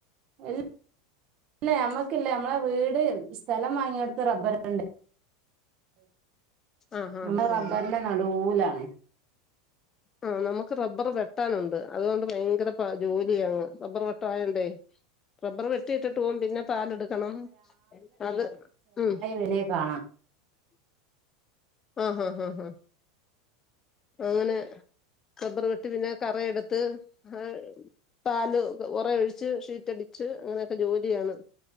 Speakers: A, on the right (about 35°); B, on the left (about 20°).
A: ല്ല മ്മക്കില്ല നമ്മളെ വീട് സ്ഥലം വാങ്ങിയോട്ത്ത് റബ്ബർ ഉണ്ട്
B: ആഹ്
A: നമ്മ
B: ആഹ്
A: റബ്ബർന്റെ
B: ആഹ്
A: നടൂലാണ് <inaudible>
B: ആ നമുക്ക് റബ്ബർ വെട്ടാനുണ്ട് അതുകൊണ്ട് ഭയങ്കര പ ജോലിയാണ് റബ്ബർ വെട്ടായോണ്ടേ. റബ്ബർ വെട്ടിയിട്ടിട്ട് പോകും പിന്നെ പാലെടുക്കണം അത് ഉം.
A: ഇലേ കാണാ.
B: ആഹ് ഹഹ ഹ് ഹ്. അങ്ങനെ ടബർ വെട്ട് പിന്നെ കറയെടുത്ത് ആഹ് പാല് ഉറ ഒഴിച്ച് ഷീറ്റടിച്ച് അങ്ങനെയൊക്കെ ജോലിയാണ്.